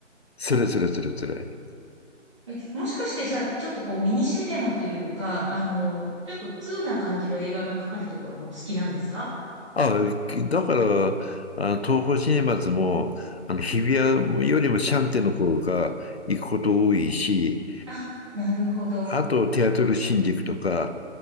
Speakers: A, on the left; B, on the right.
A: それそれそれそれ。
B: あえ、もしかしてじゃあ、ちょっとこうミニシネマというか、あの、ちょっと通な感じの映画がかかるところもお好きなんですか
A: あ、だから、あの、東宝シネマズも、あの、日比谷よりもシャンテの方が行くこと多いし、
B: あ、なるほど。
A: あと、テアトル新宿とか、
B: うん